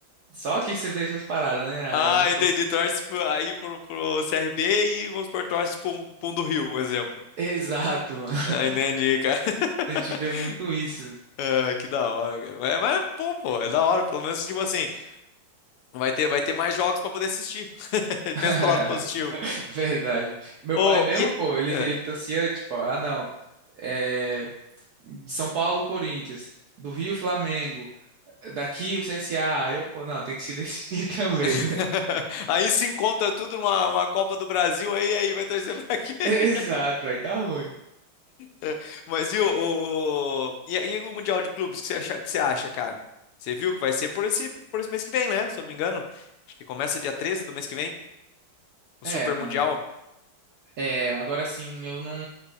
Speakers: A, on the right; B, on the left.
A: só que você vê essas paradas, né?
B: <laughs>
A: A
B: ah,
A: galera
B: entendi.
A: torce.
B: Torce pro- aí pro, pro CRB e vamos por torce pro, um- pro um do Rio, por exemplo.
A: Exato, mano.
B: Ah,
A: <laughs>
B: entendi, cara.
A: A gente
B: <laughs>
A: vê muito isso.
B: Ah, que da hora, cara. Mas, mas é bom, pô. É da hora. Pelo menos, tipo assim, Vai ter, vai ter mais jogos para poder assistir. <laughs> Pensa
A: <laughs>
B: pelo lado positivo.
A: Verdade. Meu
B: Oh,
A: pai mesmo,
B: e.
A: pô, ele,
B: é.
A: ele torcia, tipo, ah, não, é, de São Paulo, Corinthians, do Rio, Flamengo, daqui o CSA. Aí Eu, pô, não, tem que se decidir <laughs> também,
B: <laughs>
A: né?
B: Aí se encontra tudo numa uma Copa do Brasil, aí, aí vai torcer pra quem? <laughs>
A: Exato, aí dá ruim.
B: É. Mas e o, o- o- e, e o Mundial de Clubes, o que você acha, que você acha, cara? Você viu que vai ser por esse, por esse mês que vem, né? Se eu não me engano. Acho que começa dia 13 do mês que vem, o
A: É,
B: Super
A: mano,
B: Mundial.
A: é, agora sim, eu não,